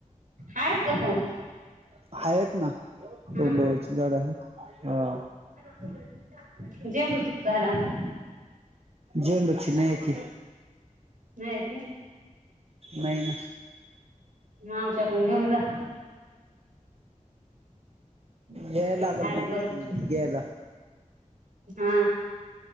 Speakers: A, on the right; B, on the right.
A: आहेत का पण
B: आहेत ना
A: हा
B: तोंडूळ्याची झाडं आहे ह.
A: <unintelligible>
B: झेंडूची नाहीती.
A: नाही ती?
B: नाही
A: मग आमच्याकडून घेऊन जा. आमच्याकडे
B: याय लागलं
A: आहेत
B: मग
A: भरपूर
B: घ्यायला.
A: हा.